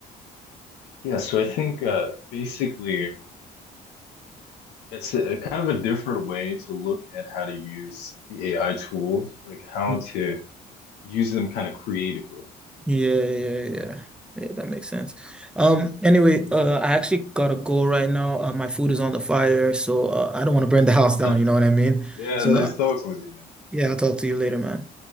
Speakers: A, on the left (about 85°); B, in the centre.
A: Yeah, so I think uh, basically it's a, a kind of a different way to look at how to use the AI tools, like how
B: Mm.
A: to use them kind of creatively.
B: Yeah, yeah, yeah. Yeah, that makes sense. Um, anyway, uh, I actually gotta go right now. Uh, my food is on the fire, so uh, I don't want to burn the house
A: Right, man?
B: down. You know what I mean?
A: Yeah,
B: So
A: nice
B: uh,
A: talking with you, man.
B: yeah, I'll talk to you later, man.